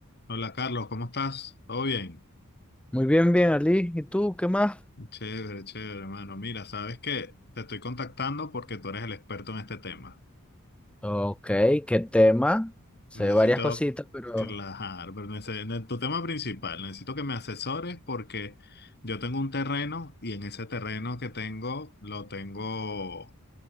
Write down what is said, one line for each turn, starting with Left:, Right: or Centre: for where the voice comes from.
Left: Hola Carlos, ¿cómo estás? ¿Todo bien?
Centre: Muy bien, bien, Ali. ¿Y tú qué más?
Left: Chévere, chévere, hermano. Mira, sabes que te estoy contactando porque tú eres el experto en este tema.
Centre: Ok, ¿qué tema? Sé
Left: Necesito
Centre: varias cositas, pero
Left: relajar, pero nece- en tu tema principal, necesito que me asesores porque yo tengo un terreno y en ese terreno que tengo lo tengo